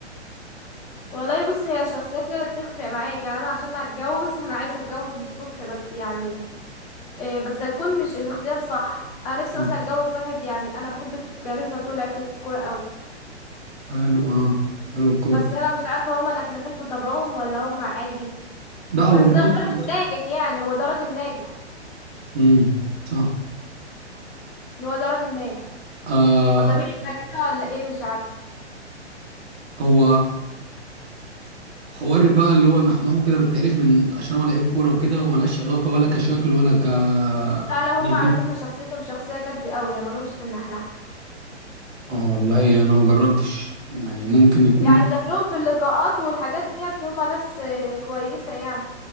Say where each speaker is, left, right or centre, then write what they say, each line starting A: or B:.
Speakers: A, on the left (about 20°); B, on the right (about 65°).
A: والله بص هي الشخصيات هي اللي بتفرق معاك يعني انا عشان اتجوز انا عايزه اتجوز من الصبح بس يعني إيه، بس يكون مش الاختيار صح انا نفسي
B: نعم.
A: مثلا اتجوز واحد يعني انا بحب الكاريزما بتوع لعيبه الكوره قوي
B: حلو اه حلو الكورة
A: بس انا مش عارفه هما نحنحين في طبعهم ولا هما عادي
B: لا هو
A: بس
B: مبقاش.
A: ده راجل ناجح يعني هو ده راجل ناجح
B: امم <laughs> صح
A: هو ده راجل ناجح
B: آه
A: فطبيعي يبقى كده ولا ايه مش عارفه
B: هو حوار بقى اللي هو نحنحه كده بالتعريف من عشان هو لعيب كورة وكده وملهاش علاقة ولا كشكل ولا ك
A: لا
B: <laughs>
A: لا هما على فكره شخصيتهم شخصيه جد قوي يعني مالهمش في النحنحه
B: اه والله انا ما جربتش يعني ممكن يكون
A: يعني شكلهم في اللقاءات والحاجات ديت هما ناس آه، كويسه يعني